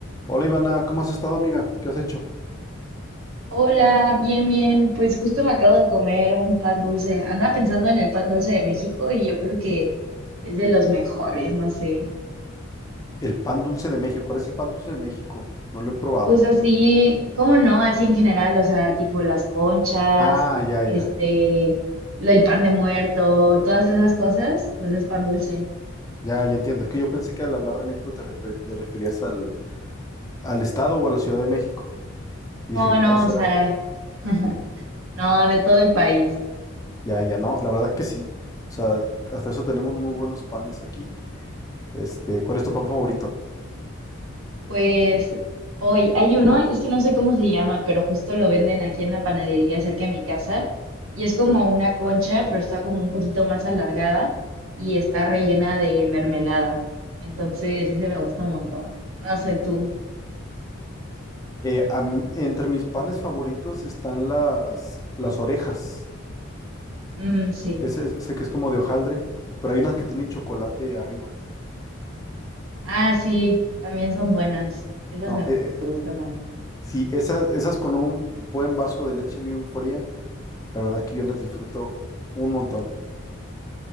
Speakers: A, on the left (about 15°); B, on the right (about 80°).
A: Hola Ivana, ¿cómo has estado, amiga? ¿Qué has hecho?
B: Hola, bien, bien. Pues justo me acabo de comer un pan dulce. Andaba pensando en el pan dulce de México y yo creo que es de los mejores, no sé.
A: El pan dulce de México. ¿Cuál es el pan dulce de México? No lo he probado.
B: Pues así, ¿cómo no? Así en general, o sea, tipo las conchas,
A: Ah, ya, ya,
B: este,
A: ya,
B: lo- el pan de muerto, todas esas cosas, pues es pan dulce.
A: ya, ya entiendo. Es que yo pensé que al hablar de México te, refe- te referías al, al estado o a la Ciudad de México. Y
B: No,
A: dije, ¿cuál
B: no,
A: será?
B: o sea, <laughs> no, de todo el país.
A: Ya, ya, no. La verdad es que sí. O sea, hasta eso tenemos muy buenos panes aquí. Este, ¿cuál es tu pan favorito?
B: Pues hoy hay uno, es que no sé cómo se llama, pero justo lo venden aquí en la panadería cerca de mi casa y es como una concha, pero está como un poquito más alargada y está rellena de mermelada. Entonces, ese me gusta un montón. No sé tú.
A: Eh, a mí- entre mis panes favoritos están las, las orejas.
B: Mm, sí.
A: Ese, sé que es como de hojaldre, pero hay unas que tienen chocolate arriba.
B: Ah, sí, también son buenas. Esas
A: No,
B: me
A: eh, eh,
B: gustan también.
A: Sí, esas, esas con un buen vaso de leche bien fría, la verdad es que yo las disfruto un montón.